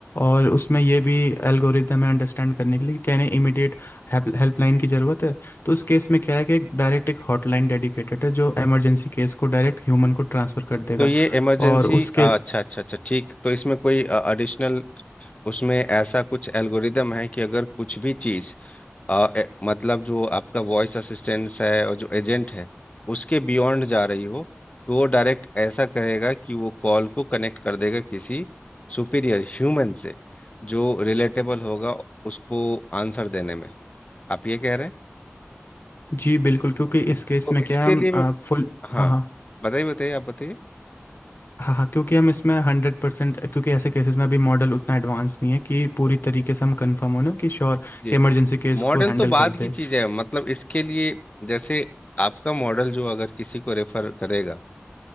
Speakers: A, on the left (about 55°); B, on the left (about 30°).
A: और उसमें ये भी एल्गोरिदम है अंडरस्टैंड करने के लिए कि कहने इमीडिएट हेल्पलाइन की ज़रूरत है तो इस केस में क्या है कि एक डायरेक्ट एक हॉटलाइन डेडिकेटेड है जो इमरजेंसी केस को डायरेक्ट ह्यूमन को ट्रांसफ़र कर देगा
B: तो ये इमरजेंसी
A: और उसके
B: अच्छा अच्छा अच्छा ठीक तो इसमें कोई एडिशनल उसमें ऐसा कुछ एल्गोरिदम है कि अगर कुछ भी चीज़ अ, ए- मतलब जो आपका वॉइस असिस्टेंस है और जो एजेंट है उसके बियॉन्ड जा रही हो तो वो डायरेक्ट ऐसा कहेगा कि वो कॉल को कनेक्ट कर देगा किसी सुपीरियर ह्यूमन से जो रिलेटेबल होगा उसको आंसर देने में आप ये कह रहे हैं
A: जी बिल्कुल क्योंकि इस केस
B: तो
A: में
B: इसके
A: क्या है हम
B: लिए
A: आ, फुल
B: हाँ
A: हाँ हाँ
B: बताइए बताइए आप बताइए
A: हाँ हाँ क्योंकि हम इसमें हंड्रेड परसेंट क्योंकि ऐसे केसेस में अभी मॉडल उतना एडवांस नहीं है कि पूरी तरीके से हम कंफर्म हो ना कि श्योर
B: जी
A: कि इमरजेंसी केस
B: मॉडल
A: को हैंडल
B: तो बाद
A: कर दे
B: की चीज़ है मतलब इसके लिए जैसे आपका मॉडल जो अगर किसी को रेफर करेगा